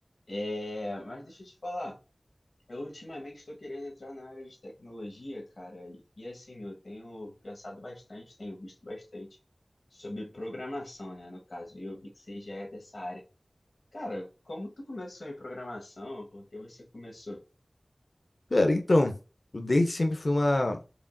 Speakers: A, on the left (about 65°); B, on the left (about 50°).
A: É, mas deixa eu te falar. Eu ultimamente estou querendo entrar na área de tecnologia, cara, e e, assim, eu tenho pensado bastante, tenho visto bastante sobre programação, né, no caso, e eu vi que você já é dessa área. Cara, como tu começou em programação? Por que você começou?
B: cara, então, Eu desde sempre fui uma,